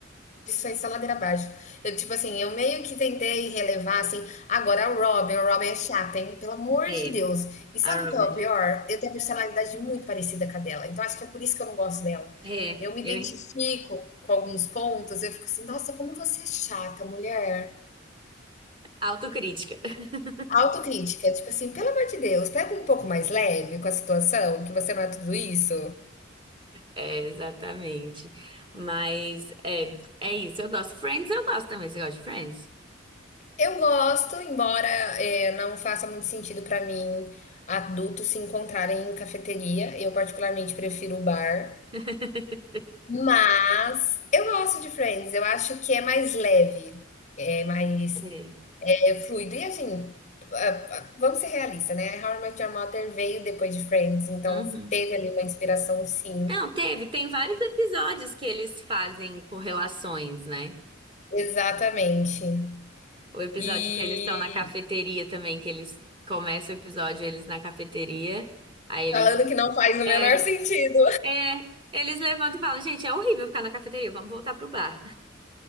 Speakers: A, on the left; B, on the right.
A: Isso foi só ladeira abaixo. Eu, tipo assim, eu meio que tentei relevar, assim, agora a Robin, a Robin é chata, hein? Pelo amor
B: É,
A: de Deus. E sabe
B: a Robin.
A: qual é o pior? Eu tenho a personalidade muito parecida com a dela, então acho que é por isso que eu não gosto dela.
B: É,
A: Eu me
B: eu.
A: identifico com alguns pontos, eu fico assim, nossa, como você é chata, mulher.
B: Autocrítica. <laughs>
A: Autocrítica, tipo assim, pelo amor de Deus, pega um pouco mais leve com a situação, que você não é tudo isso.
B: É, exatamente. Mas é, é isso. Eu gosto. Friends, eu gosto também. Você gosta de Friends?
A: Eu gosto, embora é, não faça muito sentido pra mim adultos se encontrarem em cafeteria. Eu particularmente prefiro o bar,
B: <laughs>
A: mas eu gosto de Friends. Eu acho que é mais leve, é mais
B: É.
A: é, fluido e assim. a- a- Vamos ser realistas, né? How I Met Your Mother veio depois de Friends, então
B: Uhum.
A: teve ali uma inspiração, sim.
B: Não, teve, tem vários episódios que eles fazem correlações, né?
A: Exatamente.
B: O episódio
A: E
B: que eles estão na cafeteria também, que eles começam o episódio eles na cafeteria, aí eles
A: falando que não faz o menor
B: é,
A: sentido.
B: é, eles levantam e falam, gente, é horrível ficar na cafeteria, vamos voltar pro bar.